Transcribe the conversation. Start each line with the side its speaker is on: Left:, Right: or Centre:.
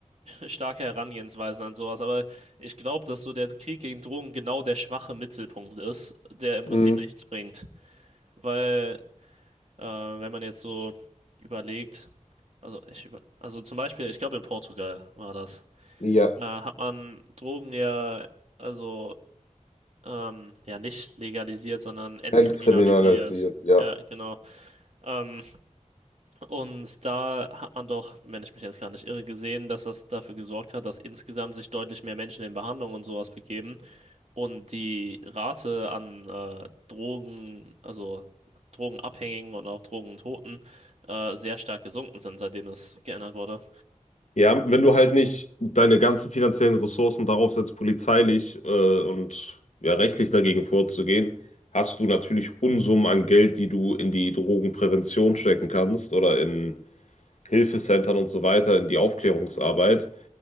Right: starke Herangehensweisen an sowas, aber ich glaube, dass so der Krieg gegen Drogen genau der schwache Mittelpunkt ist, der im Prinzip
Left: mhm.
Right: nichts bringt. Weil, äh, wenn man jetzt so überlegt, also, ich über, also zum Beispiel, ich glaube, in Portugal war das,
Left: Ja,
Right: äh, hat man Drogen ja, also, ähm, ja, nicht legalisiert, sondern entkriminalisiert.
Left: entkriminalisiert, ja.
Right: Ja, genau. Ähm, Und da hat man doch, wenn ich mich jetzt gar nicht irre, gesehen, dass das dafür gesorgt hat, dass insgesamt sich deutlich mehr Menschen in Behandlung und sowas begeben und die Rate an äh, Drogen, also Drogenabhängigen und auch Drogentoten äh, sehr stark gesunken sind, seitdem das geändert wurde.
Left: Ja, wenn du halt nicht deine ganzen finanziellen Ressourcen darauf setzt, polizeilich äh, und ja, rechtlich dagegen vorzugehen, hast du natürlich Unsummen an Geld, die du in die Drogenprävention stecken kannst oder in Hilfecentern und so weiter, in die Aufklärungsarbeit.